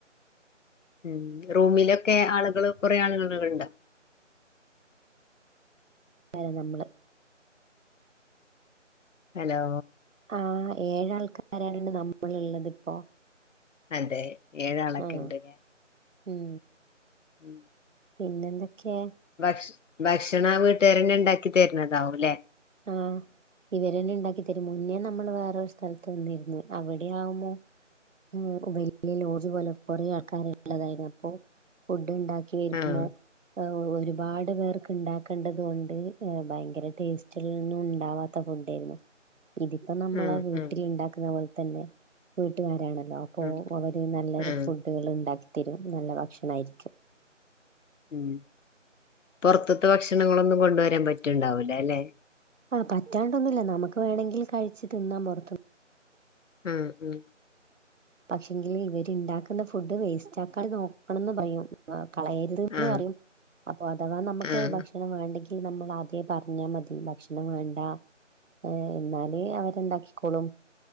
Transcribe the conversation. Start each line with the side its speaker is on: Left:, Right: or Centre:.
Left: ഉം റൂമിലൊക്കെ ആള്കള് കൊറെ ആള്കളുണ്ടാ
Right: ലെ നമ്മള്
Left: ഹലോ.
Right: ആഹ് ഏഴാൾക്കാരാണ് നമ്മളിള്ളത് ഇപ്പോ.
Left: അതെ ഏഴാളൊക്കെണ്ട്
Right: ആഹ്
Left: ഇലേ.
Right: ഉം
Left: ഉം.
Right: പിന്നെ എന്തൊക്കെയാ
Left: ഭക്ഷ ഭക്ഷണം വീട്ടുകാരന്നെ ഇണ്ടാക്കി തരന്നതാവുലേ.
Right: ആഹ്. ഇവരന്നെ ഇണ്ടാക്കി തരും മുന്നേ നമ്മൾ വേറൊരു സ്ഥലത്ത് നിന്നീര്ന്ന് അവിടെയാവുമോ. ഉം കുവൈത്തില് ലോഡ്ജ് പോലെ കൊറേ ആൾക്കാരുള്ളതായ്ന് അപ്പോ ഫുഡ് ഇണ്ടാക്ക രുമോ
Left: ആഹ്
Right: ഒരുപാട് പേർക്ക് ഇണ്ടാക്കണ്ടത് കൊണ്ട് ഭയങ്കര ടേസ് ൽന്നും ഉണ്ടാവാത്ത ഫുഡേര്ന്നു ഇതിപ്പോ നമ്മളെ
Left: ആഹ്
Right: വീട്ടിൽ
Left: ആഹ്
Right: ഇണ്ടാക്ക്ന്ന പോൽതന്നെ. വീട്ട്കാരാണല്ലോ അപ്പൊ
Left: ആഹ്
Right: അവര് നല്ലൊരു
Left: ആഹ്
Right: ഫുഡുകൾ ഇണ്ടാക്കിത്തരും നല്ല ഭക്ഷണായിരിക്കും.
Left: ഉം പൊർത്ത്ത്തെ ഭക്ഷണങ്ങളൊന്നും കൊണ്ടുവരാൻ പറ്റ്ണ്ടാവൂലലേ.
Right: ആ പറ്റാണ്ടൊന്നുല്ല്യ നമുക്ക് വേണങ്കിൽ കഴിച്ച് തിന്നാം പൊർത്തൂ
Left: ഉം ഉം.
Right: പക്ഷെങ്കില് ഇവര്ണ്ടാക്ക്ന്ന ഫുഡ് വേസ്റ്റാക്കാണ്ട് നോക്കണംന്ന് പറയും. കളയരുത് ന്ന്
Left: ആഹ്
Right: പറയും അപ്പൊ അഥവാ നമുക്ക്
Left: ആഹ് ആഹ്
Right: ഭക്ഷ ണം വേണ്ടെങ്കി നമ്മൾ ആദ്യേ പറഞ്ഞാ മതി ഭക്ഷണം വേണ്ടാ. ഏഹ് എന്നാല് അവരെന്താക്കിക്കോളും